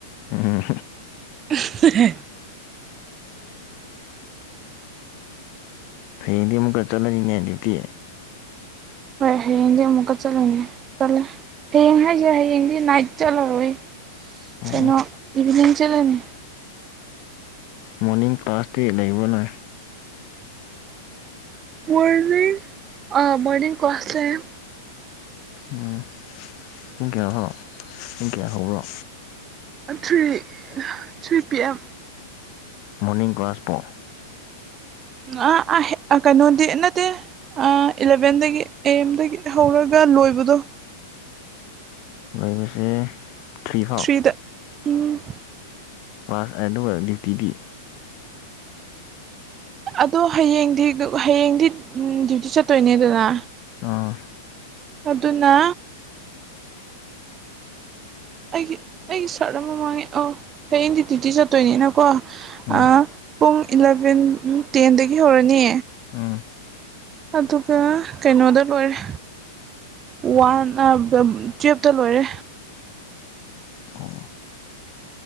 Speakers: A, on the left; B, on the right.
A: ꯎꯝ
B: <unintelligible>
A: ꯍꯌꯦꯡꯗꯤ ꯑꯃꯨꯛꯀ ꯆꯠꯂꯅꯤꯅꯦ ꯑꯗꯨꯗꯤ
B: ꯍꯣꯏ ꯍꯌꯦꯡꯗꯤ ꯑꯃꯨꯛꯀ ꯆꯠꯂꯅꯤ ꯆꯠꯂꯦ ꯍꯌꯦꯡ ꯍꯥꯏꯁꯦ ꯍꯌꯦꯡꯗꯤ ꯅꯥꯏꯠ ꯆꯠꯂꯔꯣꯏꯌꯦ
A: ꯑꯣ
B: ꯀꯩꯅꯣ ꯏꯚꯤꯅꯤꯡ ꯆꯠꯂꯅꯤ
A: ꯃꯣꯔꯅꯤꯡ ꯀ꯭ꯂꯥꯁꯇꯤ ꯂꯩꯕꯔꯣꯅꯦ
B: ꯃꯣꯔꯅꯤꯡ ꯑꯥ ꯃꯣꯔꯅꯤꯡ ꯀ꯭ꯂꯥꯁ ꯂꯩꯌꯦ
A: ꯎꯝ ꯄꯨꯡ ꯀꯌꯥ ꯐꯥꯎ ꯄꯨꯡ ꯀꯌꯥ ꯍꯧꯕꯔꯣ
B: three three P M
A: morning ꯀ꯭ꯂꯥꯁꯄꯣ
B: ꯑꯥ ꯀꯩꯅꯣꯗꯤ ꯅꯠꯇꯦ ꯑꯥ ꯏꯂꯥꯚꯦꯟꯗꯒꯤ ꯑꯦ ꯑꯦꯝꯗꯒꯤ ꯍꯧꯔꯒ ꯂꯣꯏꯕꯗꯣ
A: ꯂꯣꯏꯕꯁꯦ ꯇ꯭ꯔꯤ ꯐꯥꯎ
B: ꯊ꯭ꯔꯤꯗ ꯎꯝ
A: ꯀ꯭ꯂꯥꯁ ꯑꯗꯨꯒ ꯗ꯭ꯌꯨꯇꯤꯗꯤ
B: ꯑꯗꯣ ꯍꯌꯦꯡꯗꯤ ꯍꯌꯦꯡꯗꯤ ꯗ꯭ꯌꯨꯇꯤ ꯆꯠꯇꯣꯏꯅꯦꯗꯅ
A: ꯑꯥ
B: ꯑꯗꯨꯅ ꯑꯩꯒꯤ ꯑꯩꯒꯤ ꯁꯥꯔꯠ ꯑꯃ ꯃꯥꯡꯉꯦ ꯑꯧ ꯍꯌꯦꯡꯗꯤ ꯗꯤꯌꯨꯇꯤ ꯆꯠꯇꯣꯏꯅꯤꯅꯀꯣ
A: ꯎꯝ
B: ꯑꯥ ꯄꯨꯡ ꯏꯂꯚꯦꯟ ꯇꯦꯟꯗꯒꯤ ꯍꯧꯔꯅꯤ
A: ꯎꯝ
B: ꯑꯗꯨꯒ ꯀꯩꯅꯣꯗ ꯂꯣꯏꯔꯦ ꯋꯥꯟ ꯇꯨꯋꯦꯞꯇ ꯂꯣꯏꯔꯦ
A: ꯑꯣ